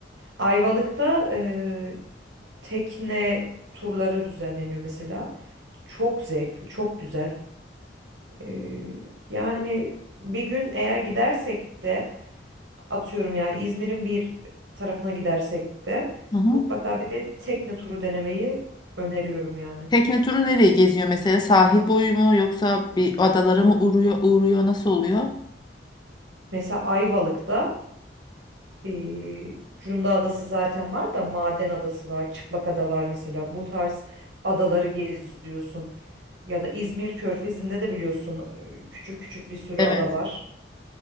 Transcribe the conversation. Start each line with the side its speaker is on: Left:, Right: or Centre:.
Right: Ayvalık'ta ee, tekne turları düzenleniyor mesela. Çok zevkli, çok güzel. Ee, yani bir gün eğer gidersek de atıyorum yani İzmir'in bir tarafına gidersek de
Left: Hı hı.
Right: mutlaka bir de tekne turu denemeyi öneriyorum yani.
Left: Tekne turu nereyi geziyor mesela? Sahil boyu mu yoksa bir adalara mı uğruyor, uğruyor nasıl oluyor?
Right: Mesela Ayvalık'ta ee, Cunda Adası zaten var da Maden Adası var, Çıplakada var mesela. Bu tarz adaları geziyorsun. Ya da İzmir Körfezi'nde de biliyorsun ee, küçük küçük bir sürü
Left: Evet.
Right: ada var.